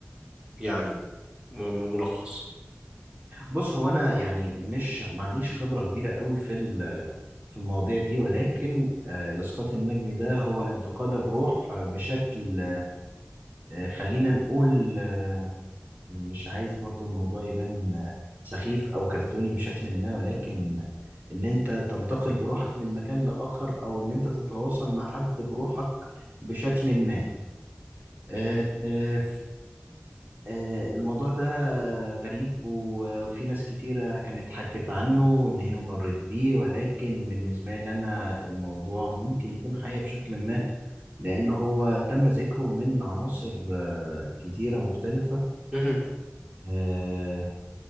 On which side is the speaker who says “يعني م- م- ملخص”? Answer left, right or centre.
Right